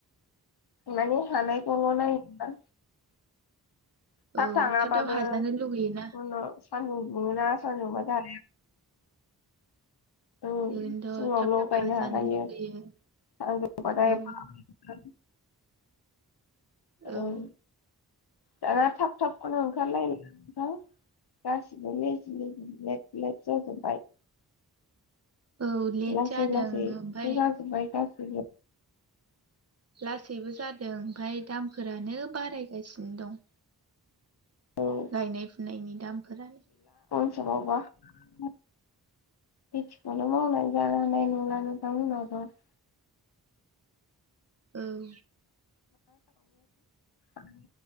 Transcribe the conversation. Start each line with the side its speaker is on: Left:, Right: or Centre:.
Left: माने हानायायखौल नायोना थाब
Right: औ
Left: थाङाबाबो
Right: थाब हाजानो लुगैयोना
Left: उनाव सान्दुं दुङोना सान्दुंबा <unintelligible>
Right: ओरैनोथ'
Left: सिङावल'
Right: थाब थाब
Left: गायनो
Right: हाजानो
Left: हाखायो
Right: लुगैयो
Left: <unintelligible>
Right: औ औ
Left: उम दाना थाब थाबखौनो ओंखारलाय लांला गासिबो लेेब जजोब्बाय
Right: औ लेट
Left: लासै
Right: जादों
Left: लासैाज
Right: ओमफाय
Left: सो जाजोबबाय गासिबो
Right: लासैबो जादों ओमफफ्राय दामफोरानो बारायगासिनो दं
Left: औ
Right: गायनाय फुनायनि दामफोरानो
Left: वबा खेथिखौनो मावनाय जानो हानाय ना <unintelligible>
Right: औ
Left: उम